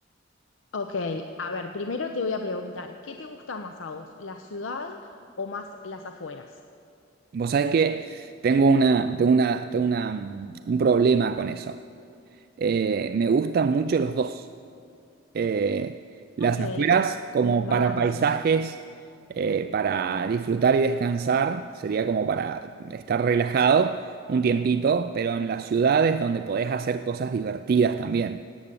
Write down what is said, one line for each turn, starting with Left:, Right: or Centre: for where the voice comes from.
Left: ok. A ver, primero te voy a preguntar, ¿qué te gusta más a vos, la ciudad o más las afueras?
Right: Vos sabés que tengo una, tengo una, tengo una, mm, un problema con eso. Eh, me gustan mucho los dos. eh, las
Left: Ok,
Right: afueras como
Left: como un balance.
Right: para paisajes, eh, para disfrutar y descansar, sería como para estar relajado un tiempito, pero en las ciudades donde podés hacer cosas divertidas también.